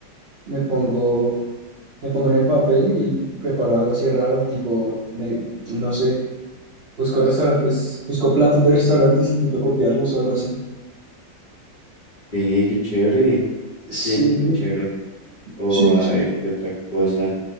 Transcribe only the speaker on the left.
Sí, qué chévere. Sí,
eso es muy chévere. O
a
ver, ¿qué otra cosa?